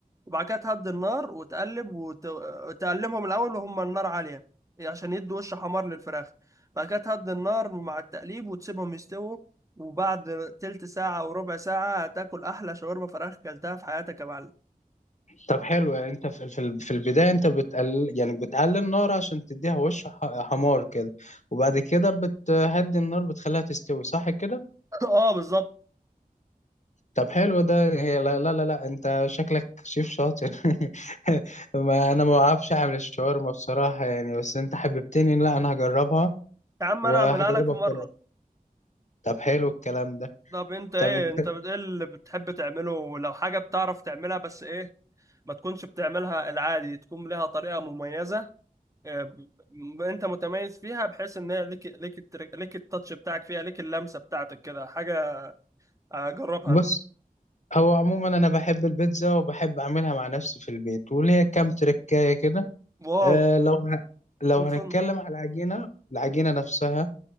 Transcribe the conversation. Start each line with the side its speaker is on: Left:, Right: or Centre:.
Right: وبعد كده تهدي النار وتقلب وت- وتقلبهم الأول وهم النار عالية عشان يدوا وش حمار للفراخ بعد كده تهدي النار مع التقليب وتسيبهم يستووا وبعد تلت ساعة أو ربع ساعة هتاكل أحلى شاورما فراخ أكلتها في حياتك يا معلم
Left: طب حلو يعني انت في في ال- في البدايه انت بتقل يعني بتقلل النار عشان تديها وش ح- حمار كده وبعد كده بتهدي النار بتخليها تستوي صح كده
Right: <laughs> آه بالظبط
Left: طب حلو ده هي لا لا لا, لا. انت شكلك شيف شاطر <laughs> ما انا ما بعرفش اعمل الشاورما بصراحة يعني بس انت حببتني لا انا هجربها
Right: يا عم
Left: وهجربها
Right: أنا أعملها لك في مرة
Left: بطريقة طب حلو الكلام ده
Right: طب أنت إيه
Left: طب انت
Right: أنت بت- إيه اللي بتحب تعمله لو حاجة بتعرف تعملها بس إيه ما تكونش بتعملها العادي تكون لها طريقة مميزة آه، ب- انت متميز فيها بحيث ان هي ليك ليك الترك- ليك التاتش بتاعك فيها ليك اللمسة بتاعتك كده حاجة اجربها
Left: بص
Right: انا
Left: هو عموما انا بحب البيتزا وبحب اعملها مع نفسي في البيت وليا كام تركاية كده
Right: واو
Left: أه لو ه... لو
Right: متفن.
Left: هنتكلم على العجينة العجينة نفسها